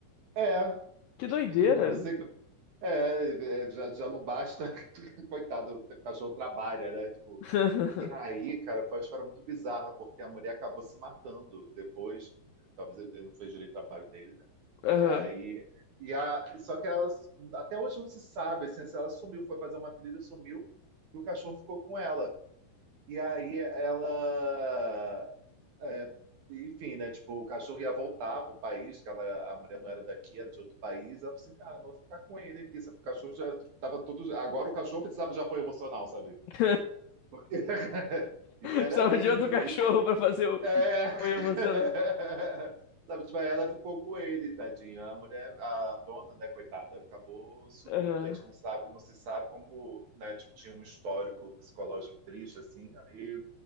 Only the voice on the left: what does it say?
Que doideira!
<laughs>
Aham.
<laughs> <laughs>
Precisava
de outro cachorro
pra fazer o
apoio emocional.
Aham.